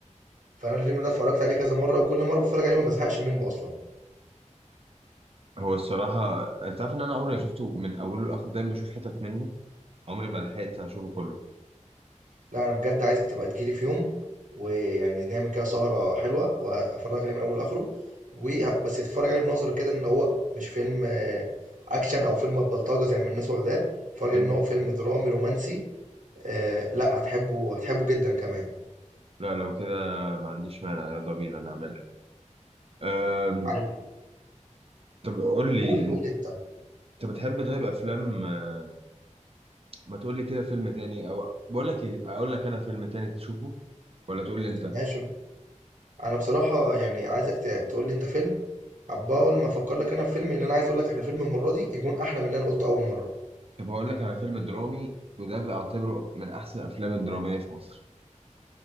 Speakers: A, on the right; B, on the right.
A: فانا الفيلم ده اتفرجت عليه كذا مره وكل مره بتفرج عليه ما بزهقش منه اصلا
B: هو الصراحة أنت عارف إن أنا عمري ما شفته من أوله لآخره دايما بشوف حتت منه عمري ما لحقت أشوفه كله
A: لا انا بجد عايزك تبقى تجيلي في يوم ويعني نعمل كده سهرة حلوة وافرجك عليه من اوله لاخره و بس تتفرج عليه بنظرة كده ان هو مش فيلم آه، اكشن او فيلم بلطجة زي ما الناس واخداه اتفرج
B: امم
A: عليه ان هو فيلم درامي رومانسي آه لا هتحبه هتحبه جدا كمان
B: لا لو كده ما عنديش مانع يلا بينا نعملها أم...
A: عارف
B: طب قول لي
A: قول
B: أنت
A: قول انت
B: بتحب طيب أفلام آه، ما تقول لي كده فيلم تاني أو بقول لك إيه أقول لك أنا فيلم تاني تشوفه ولا تقول لي أنت
A: ماشي انا بصراحة يعني عايزك ت- تقول لي انت فيلم عبال ما افكر لك انا في فيلم ان انا عايز اقول لك على فيلم المرة دي يكون احلى من اللي انا قلته اول مرة
B: طب هقول لك على فيلم درامي وده بعتبره من احسن الافلام الدراميه في مصر